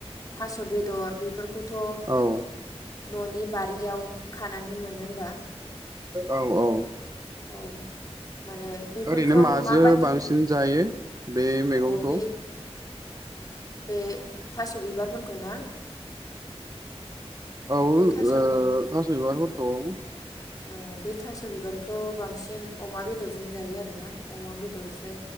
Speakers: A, on the left; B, on the right.
A: थास बेदर बेफोरखौ खौथ' ओ
B: औ
A: न'नि बारियाव खानानै मोनो होमबा
B: औ औ
A: औ माने बेफोरखौ
B: ओरैनो माजों
A: माबायदि
B: बांसिन जायो बे मैगंखौ?
A: अ बे बे थास' बिबारफोरखौ ना?
B: औ ओ
A: बे थास' बिबार
B: थास' बिबारफोर औ
A: अ बे थास' बिबारखौ बांसिन अमा बेदरजों जायो आरोना, अमा बेदरजों